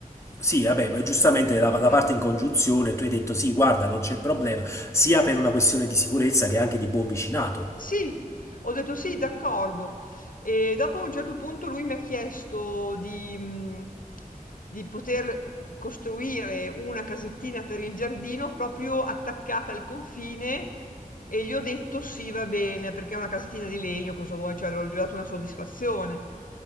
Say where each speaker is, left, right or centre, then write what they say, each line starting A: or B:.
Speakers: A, on the left; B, on the left.
A: sì, vabbè, ma giustamente la, la
B: eh,
A: parte in congiunzione, tu hai detto sì, guarda, non c'è problema, sia per una questione di sicurezza che anche di buon vicinato.
B: Sì, ho detto sì, d'accordo. E dopo a un certo punto lui mi ha chiesto di, mh, di poter costruire una casettina per il giardino proprio attaccata al confine e gli ho detto sì, va bene, perché è una casettina di legno, cosa vuoi? Cioè, l'ho- gli ho dato una soddisfazione.